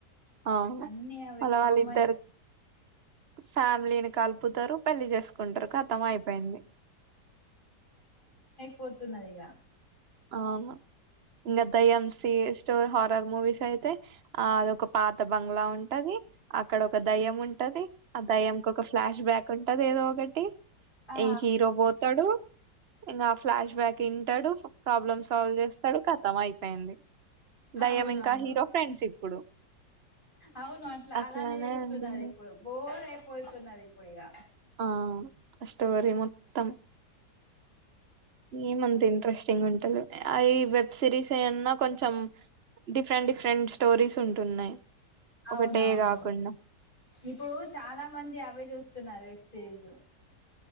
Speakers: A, on the right (about 45°); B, on the left (about 30°).
A: అవును
B: అన్ని అవి
A: అలా
B: కామన్
A: వాళ్ళ ఇద్దరు ఫ్యామిలీని కలుపుతారు పెళ్లి చేసుకుంటారు కతం అయిపోయింది
B: పోతున్నది ఇగా
A: అవును ఇంకా దెయ్యం సి స్టోర్ హారర్ మూవీస్ అయితే ఆ అదొక పాత బంగ్లా ఉంటది అక్కడ ఒక దయ్యం ఉంటది ఆ దయ్యం కి ఒక ఫ్లాష్ బ్యాక్ ఉంటది ఏదో ఒకటి
B: ఆ
A: ఈ హీరో పోతాడు ఇంకా ఫ్లాష్ బ్యాక్ వింటాడు ప్రాబ్లమ్ సాల్వ్ చేస్తాడు కతం అయిపోయింది దయ్యం
B: అవునవును
A: ఇంకా హీరో ఫ్రెండ్స్ ఇప్పుడు
B: అవును అట్లా
A: అట్లానే
B: అలానే చేస్తున్నారు
A: ఉంటుంది
B: ఇప్పుడు బోర్ అయిపోతున్నాది ఇప్పుడు ఇక
A: ఆ స్టోరీ మొత్తం ఏం అంత ఇంటెస్టింగ్ ఉంటంది అ వెబ్ సిరీస్ ఏన్నా కొంచెం డిఫరెంట్ ఫెరెంట్ స్టోరీస్ ఉంటున్నాయి
B: అవునవును
A: ఒకటే కాకుండా
B: ఇప్పుడు చాలా మంది అవే చూస్తున్నారు తేజు